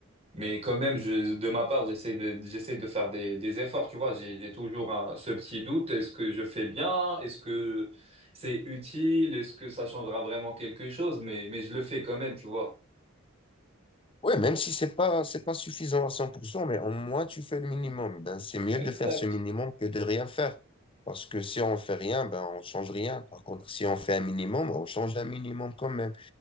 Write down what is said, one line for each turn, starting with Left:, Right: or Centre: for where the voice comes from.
Right: Mais quand même, je, de ma part, j'essaie de, j'essaie de faire des, des efforts, tu vois. J'ai, j'ai toujours un- ce petit doute. Est-ce que je fais bien? Est-ce que c'est utile? Est-ce que ça changera vraiment quelque chose? Mais, mais je le fais quand même, tu vois.
Left: Ouais, même si c'est pas, c'est pas suffisant à 100%, mais au moins tu fais le minimum. Ben, c'est mieux
Right: Exact.
Left: de faire ce minimum que de rien faire. Parce que si on fait rien, ben, on change rien. Par contre, si on fait un minimum, on change un minimum quand même.